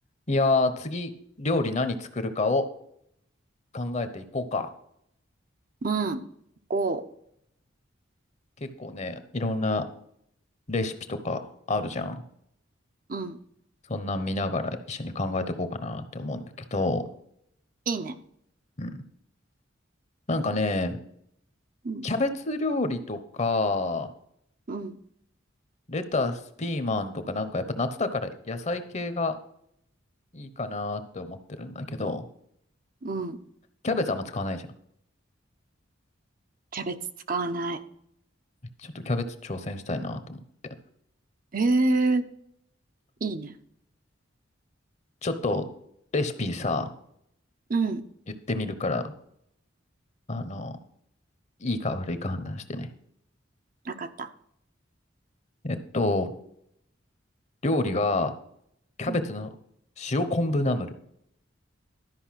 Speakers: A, on the left; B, on the right.
A: いやー、次、料理何作るかを考えていこうか。
B: うん、5。
A: 結構ね、いろんなレシピとかあるじゃん。
B: うん、
A: そんなん見ながら一緒に考えていこうかなって思うんだけど、
B: いいね。
A: うん。なんかね、
B: うん、
A: キャベツ料理とか、
B: うん、
A: レタス、ピーマンとかなんかやっぱ夏だから野菜系がいいかなって思ってるんだけど、
B: うん。
A: キャベツあんま使わないじゃん。
B: キャベツ使わない。
A: ちょっとキャベツ挑戦したいなと思って。
B: ええいいね。
A: ちょっとレシピさ、
B: うん、
A: 言ってみるから、あの、いいか悪いか判断してね。
B: なかった。
A: えっと、料理が、キャベツの
B: うん。
A: 塩昆布ナムル